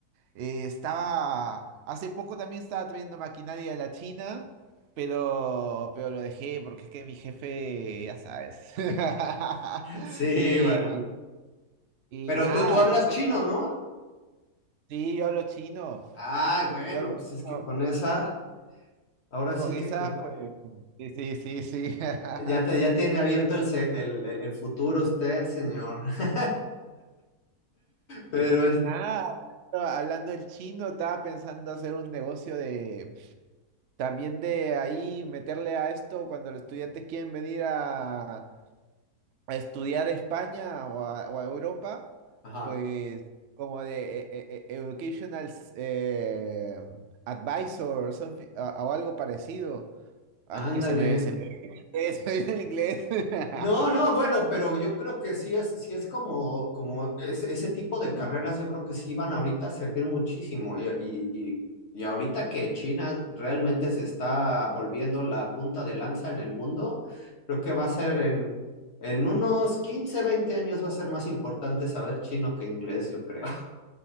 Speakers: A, on the right (about 85°); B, on the left (about 45°).
A: Eh, estaba, hace poco también estaba trayendo maquinaria de la China, pero, pero lo dejé porque es que mi jefe, ya sabes. <laughs>
B: Sí,
A: Y,
B: bueno.
A: y
B: Pero
A: nada,
B: tú, tú hablas
A: estoy pensando.
B: chino, ¿no?
A: Sí, yo hablo chino.
B: Ay, bueno,
A: Yo hablo
B: pues
A: chino.
B: es que con esa. Ahora
A: Con
B: sí
A: esa,
B: que co-
A: pues. Sí, sí, sí, sí. <laughs>
B: ya, te- ya tiene abierto el, se- el, el- el futuro usted, señor. <laughs> Pero
A: Y pues
B: es,
A: nada, hablando del chino, estaba pensando hacer un negocio de. También de ahí meterle a esto cuando los estudiantes quieren venir a, a estudiar a España o a, o a Europa,
B: ajá,
A: pues como de eh, eh, eh, educational eh, advisor or something, a- o algo parecido. Al
B: ándale.
A: que se me, se me viene el inglés. <laughs> se me viene el inglés.
B: No, no,
A: <laughs>
B: bueno, pero yo creo que sí es, sí es como, como ese, ese tipo de carreras, yo creo que sí van ahorita a servir muchísimo. Y, y, y, y ahorita que China realmente se está volviendo la punta de lanza en el mundo, creo que va a ser en, en unos 15 20 años va a ser más importante saber chino que inglés, yo creo.